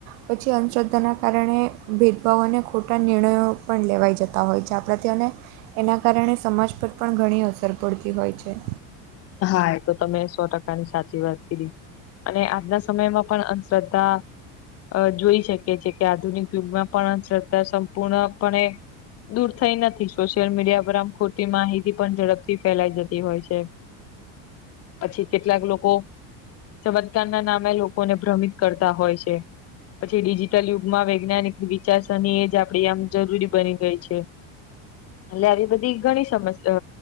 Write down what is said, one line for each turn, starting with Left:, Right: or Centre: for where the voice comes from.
Right: પછી અંધશ્રદ્ધાના કારણે ભેદભાવ અને ખોટા નિર્ણયો પણ લેવાઈ જતા હોય છે આપડાથી અને એના કારણે સમાજ પર પણ ઘણી અસર પડતી હોય છે.
Left: હા એ તો તમે સો ટકાની સાચી વાત કીધી. અને આજના સમયમાં પણ અંધશ્રદ્ધા અ જોઈ શે કે છે કે આધુનિક યુગમાં પણ શ્રદ્ધા સંપૂર્ણપણે દૂર થઈ નથી, સોશિયલ મીડિયા પર આમ ખોટી માહિતી પણ ઝડપથી ફેલાઈ જતી હોય છે. પછી કેટલાક લોકો ચમત્ કાર નામે લોકોને ભ્રમિત કરતા હોય છે પછી ડિજિટલ યુગમાં વૈ જ્ઞાનિકની વિચારસરણી એ જ આપડી આમ જરૂરી બની ગઈ છે. એટલે આવી બધી ઘણી સમસઅ